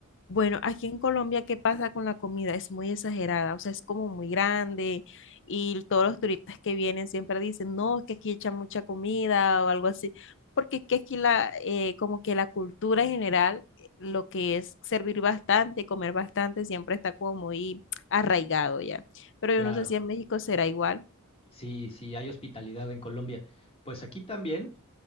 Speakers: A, on the left (about 55°); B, on the left (about 25°).
A: Bueno, aquí en Colombia, ¿qué pasa con la comida? Es muy exagerada, o sea, es como muy grande y todos los turistas que vienen siempre dicen, no, es que aquí echan mucha comida o algo así, porque es que aquí la, eh, como que la cultura en general, eh, lo que es servir bastante, comer bastante, siempre está como muy arraigado ya. Pero
B: Claro,
A: yo no sé si en México será igual.
B: sí, sí, hay hospitalidad en Colombia. Pues aquí también